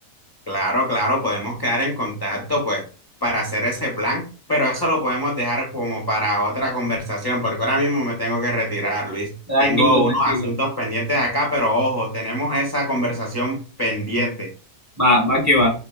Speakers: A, on the left (about 30°); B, on the right (about 15°).
A: Claro, claro, podemos quedar en contacto, pues, para hacer ese plan, pero eso lo podemos dejar como para otra conversación, porque ahora mismo me tengo que retirar, Luis.
B: Tranquilo,
A: Tengo
B: tranquilo.
A: unos asuntos pendientes acá, pero ojo, tenemos esa conversación pendiente.
B: Va, va que va.